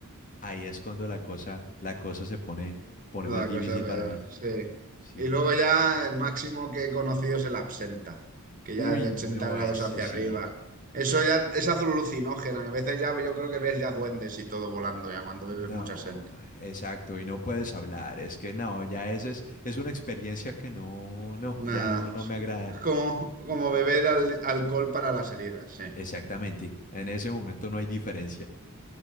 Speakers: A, on the left; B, on the right.
A: ahí es cuando la cosa, la cosa se pone, pone más
B: la
A: difícil
B: cosa peor,
A: para mí.
B: sí.
A: Sí.
B: Y luego ya el máximo que he conocido es el absenta, que ya
A: Uy,
B: es de
A: no,
B: 80 grados
A: ese
B: hacia
A: sí.
B: arriba. Eso ya es alucinógena. A veces ya yo creo que ves ya duendes y todo volando ya cuando bebes
A: No,
B: mucha gente.
A: exacto, y no puedes hablar, es que no, ya ese es, es una experiencia que no, no,
B: Nada,
A: ya no, no me agrada.
B: es como, como beber al- alcohol para las heridas, sí.
A: Exactamente, en ese momento no hay diferencia.